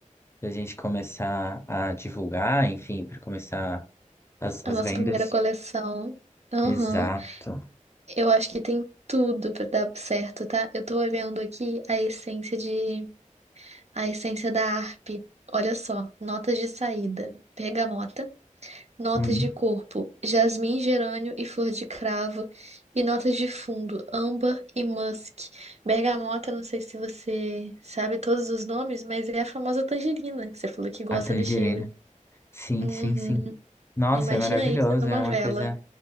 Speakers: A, on the left (about 20°); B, on the right (about 55°).
A: para a gente começar a divulgar, enfim, para começar as,
B: a
A: as
B: nossa
A: vendas.
B: primeira coleção. Aham.
A: Exato.
B: Eu acho que tem tudo pra dar certo, tá? Eu tô olhando aqui a essência de a essência da harpe. Olha só, notas de saída, bergamota, notas
A: Uhum.
B: de corpo, jasmim, gerânio e flor de cravo, e notas de fundo, âmbar e musk. Bergamota, não sei se você sabe todos os nomes, mas é a famosa tangerina que você falou que gosta
A: A tangerina.
B: do cheiro.
A: Sim,
B: Uhum.
A: sim, sim. Nossa,
B: Imagina
A: é maravilhoso,
B: isso numa
A: é uma
B: vela.
A: coisa